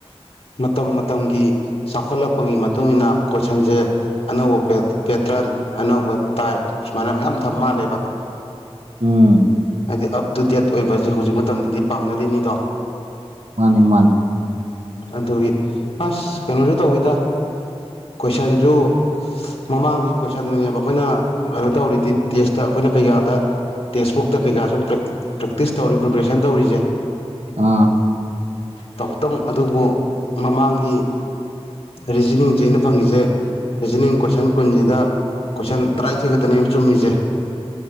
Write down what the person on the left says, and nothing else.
ꯃꯇꯝ ꯃꯇꯝꯒꯤ ꯆꯥꯎꯈꯠꯂꯛꯄꯒꯤ ꯃꯇꯨꯡ ꯃꯇꯨꯡꯏꯟꯅ ꯀꯣꯏꯁꯟꯁꯦ ꯑꯅꯧꯕ ꯄꯦꯇ꯭ꯔꯟ ꯑꯅꯧꯕ ꯇꯥꯏꯞ ꯁꯨꯃꯥꯏꯅ ꯃꯌꯥꯝ ꯊ ꯃꯥꯜꯂꯦꯕ <unintelligible>
ꯍꯥꯏꯗꯤ ꯑꯞ ꯇꯨ ꯗꯦꯠ ꯑꯣꯏꯕꯁꯦ ꯍꯧꯖꯤꯛ ꯃꯇꯝꯗꯗꯤ ꯄꯥꯝꯅꯔꯤꯅꯤꯗꯣ
ꯑꯗꯨꯒꯤ ꯑꯁ ꯀꯩꯅꯣꯁꯨ ꯇꯧꯋꯤꯗ ꯀꯣꯏꯁꯟꯁꯨ ꯃꯃꯥꯡꯒꯤ ꯀꯣꯏꯁꯟꯗꯨꯅꯦꯕ ꯑꯩꯈꯣꯏꯅ ꯀꯩꯅꯣ ꯇꯧꯔꯤꯗꯤ ꯇꯦꯁꯇ ꯑꯩꯈꯣꯏꯅ ꯀꯩꯀꯥꯗ ꯇꯦꯛꯁꯕꯨꯛꯇ ꯀꯩꯀꯥ ꯁꯨꯝ ꯄ꯭ꯔꯦꯛꯇꯤꯁ ꯇꯧꯔꯤ ꯄ꯭ꯔꯤꯄꯦꯔꯦꯁꯟ ꯇꯧꯔꯤꯁꯦ
ꯇꯧꯇꯪ ꯑꯗꯨꯕꯨ ꯃꯃꯥꯡꯒꯤ ꯔꯤꯖꯅꯤꯡꯁꯦ ꯑꯩꯅ ꯐꯪꯉꯤꯁꯦ ꯔꯤꯖꯅꯤꯡ ꯀꯣꯏꯁꯟ ꯀꯨꯟꯁꯤꯗ ꯀꯣꯏꯁꯟ ꯇꯔꯥꯅꯤꯊꯣꯏ ꯈꯛꯇꯅꯦ ꯑꯃꯨꯛ ꯆꯨꯝꯃꯤꯁꯦ <unintelligible>